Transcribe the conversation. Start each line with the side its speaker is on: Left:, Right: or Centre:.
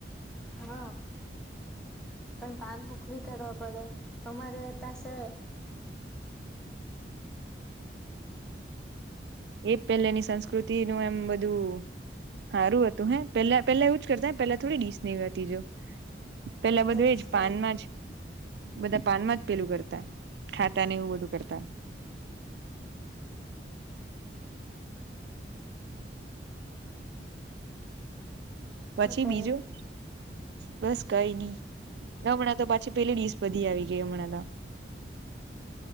Centre: હા. પણ પાન હૂખવી કરવાાઢ પડે તમારે ત્યાંસે.
Right: એ પેલેની સંસ્કૃતિ નું એમ બધું. હારું હતું હે પેલા પેલા એવું જ કરતા પેલા થોડી ડીશ ને એવી હતી જો. પેલા બધું
Centre: તેજ
Right: એજ
Centre: તો
Right: પાનમાં જ. બધા પાનમાં જ પેલું કરતા ખાતા ને એવું બધું કરતા. <inaudible> પછી
Centre: હું કરે
Right: બીજું બસ. કઈ નઈ હમણાં તો પાછી પેલી ડીસ બધી આવી ગઈ હમણાં તો. <inaudible>